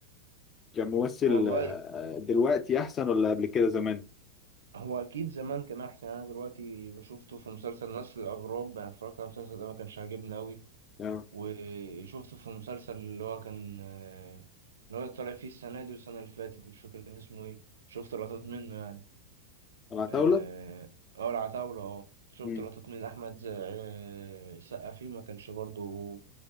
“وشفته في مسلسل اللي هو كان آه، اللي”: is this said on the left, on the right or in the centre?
Right